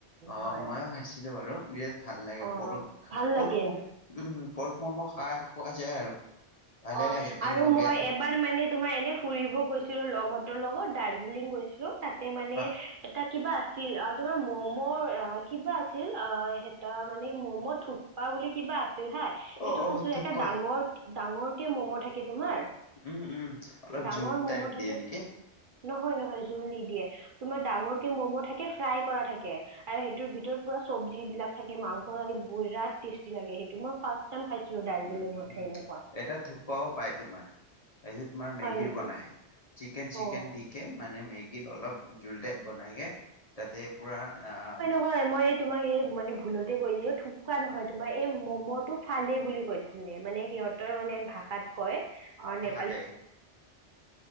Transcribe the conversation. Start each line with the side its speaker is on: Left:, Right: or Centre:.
Left: অ
Right: হয়
Left: ময়ো খাইছিলো বাৰু বিৰাট ভাল লাগে
Right: অঁ
Left: পৰ্ক
Right: ভাল লাগে
Left: পৰ্ক ম উম পৰ্ক মম' খাই খোৱা যায় আৰু ভালে
Right: অ
Left: লাগে তেনেকুৱা
Right: আৰু মই
Left: বেয়া
Right: এবাৰ মানে তোমাৰ এনে ফুৰিব গৈছিলো লগহতৰ লগত দাৰ্জিলিং গৈছিলো তাতে মানে
Left: হয়
Right: এটা কিবা আছিল অ তোমাৰ ম'মৰ আ কিবা আছিল অ সেই ট মানে ম'ম' থুপ পা বুলি কিবা আছিল হা সেইটো
Left: অ অ
Right: খাইছিলো
Left: থোপ্পা
Right: এটা ডাঙৰ ডাঙৰকে ম'ম' থাকে তোমাৰ
Left: উম উম অলপ
Right: ডাঙৰ
Left: জুল
Right: ম'ম'
Left: টাইপ দিয়ে
Right: থাকে
Left: নেকি
Right: নহয় নহয় জুল নিদিয়ে তোমাৰ ডাঙৰকে মম' থাকে ফ্ৰাই কৰা থাকে আৰে সেইটোৰ ভিতৰত পুৰা চবজি বিলাক থাকে মাংস থাকে বোৰাট টেষ্টি লাগে সেইটো মই ফাৰ্ষ্ট টাইম খাইছিলোঁ দাৰ্জিলিঙত
Left: উম উম
Right: সেই
Left: উম
Right: এনেকুৱা
Left: এটা থোপ্পাও পায় তোমাৰ এই তোমাৰ
Right: হয়
Left: মেগীৰ
Right: নেকি
Left: বনাই চিকেন চিকেন
Right: অ
Left: দি কে মানে মেগীৰ অলপ জোল টাইপ বনাইকে তাতে পুৰা আহ
Right: হয় মই এই তোমাক এই মানে ভুলতে কৈ দিও এই থুপকোৱা নহয় তোমাৰ এই মম' টো ফালে বুলি কৈছ চিলে মানে সিহতৰ মানে ভাষাত কয় অ নেপালী
Left: ফালে